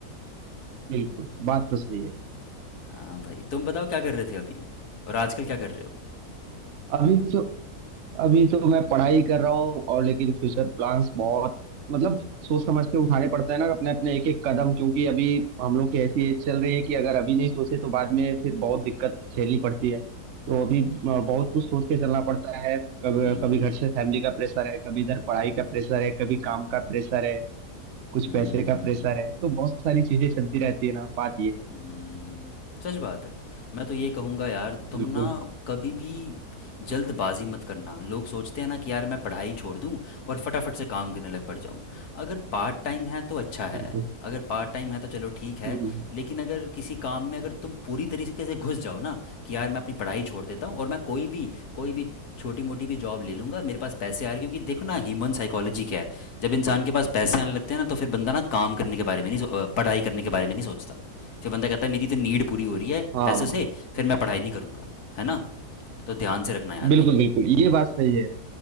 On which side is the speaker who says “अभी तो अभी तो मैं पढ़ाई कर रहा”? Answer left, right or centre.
Right